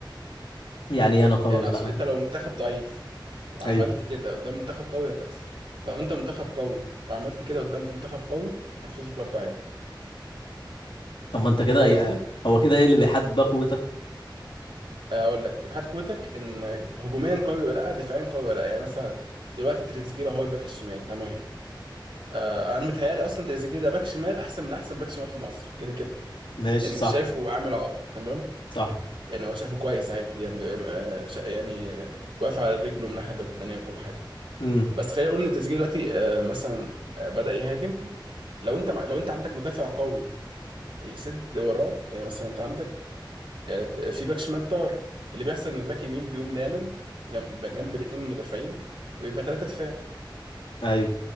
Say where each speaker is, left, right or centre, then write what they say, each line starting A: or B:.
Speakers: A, on the left; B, on the right.
A: يعني ايه انا قوي
B: يعني
A: ولا
B: اقصد
A: لا
B: انت لو منتخب ضعيف وعملت
A: ايوه
B: كده قدام منتخب قوي هتخسر لو انت منتخب قوي وعملت كده قدام منتخب قوي هتفوز برضه عادي
A: طب ما انت كده
B: انت فاهم
A: ايه
B: قصدي
A: هو كده ايه اللي بيحدد بقى قوتك
B: اقول لك ابحاث قوتك ان هجوميا قوي ولا لا دفاعيا قوي ولا لا يعني مثلا دلوقتي تريزيجيه هو الباك الشمال تمام آه انا متهيالي اصلا تريزيجيه ده باك شمال احسن من احسن باك شمال في مصر كده كده
A: ماشي
B: يعني
A: صح
B: مش شايفه عامل عائق تمام
A: صح
B: يعني هو شايفه كويس عادي يعني آه شا- يعني واقف على رجله من الناحيه البدنيه وكل حاجه
A: امم
B: بس خلينا نقول ان تريزيجيه دلوقتي آه، مثلا آه، بدأ يهاجم لو انت مع- لو انت عندك مدافع قوي يسد وراه يعني مثلا انت عندك آه، في باك شمال طار اللي بيحصل ان الباك يمين بيقوم لامم جنب جنب الاثنين المدافعين ويبقى ثلاثه دفاع
A: ايوه